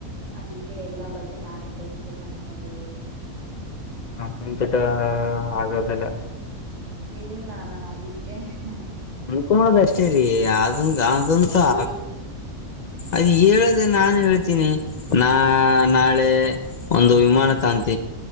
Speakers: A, on the right; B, on the left.
A: ಆದಿ <unintelligible> ಎಲ್ಲ ಬಟ್ಟೆ ನಾನೇ ಕೊಡ್ಸ್ <unintelligible> ಬೇಕ್ ಅಂಕಂಡಿಧಿನಿ <unintelligible>
B: ಹ ಒಂತುಡ್ಡ ಆಗದಲ್ಲ <unintelligible>
A: ಇಲ್ಲ ನನ್ <unintelligible> ಅದಿಕ್ಕೆ <unintelligible>
B: ಕೋದ ಅಷ್ಟೇ ರೀ <unintelligible> ಅದಂತ
A: ಇಲ್
B: ಆಗ ಐ ಹೇಳದೆ ನಾನ್ ಹಳ್ <unintelligible> ನಾ ನಾಳೆ ಒಂದು ವಿಮಾನ ತನಿ <unintelligible>